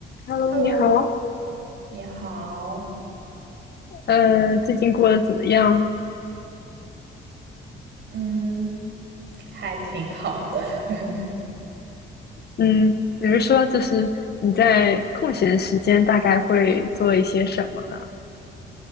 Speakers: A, on the left; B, on the right.
A: Hello，
B: Hello，
A: 你好，
B: 你好，
A: 呃，最近过得怎么样？
B: 嗯，还挺好的。<laughs>
A: 嗯，比如说，就是你在空闲时间大概会做一些什么呢？